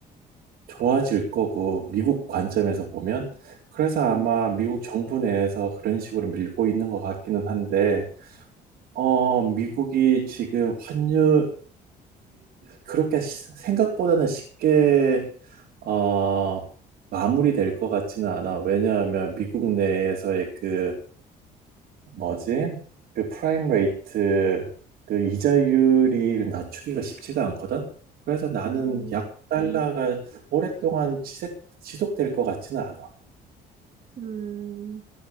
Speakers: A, on the right; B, on the right.
A: 좋아질 거고, 미국 관점에서 보면. 그래서 아마
B: 음,
A: 미국 정부 내에서 그런 식으로 밀고 있는 것 같기는 한데, 어, 미국이 지금 환율이 그렇게 시- 생각보다는 쉽게, 어, 마무리될 것 같지는 않아. 왜냐하면 미국 내에서의 그 뭐지? 그 프라임 레이트 그 이자율이 낮추기가 쉽지가 않거든. 그래서 나는
B: 음,
A: 약 음. 달러가 오랫동안 지색, 지속될 것 같지는 않아.
B: 음.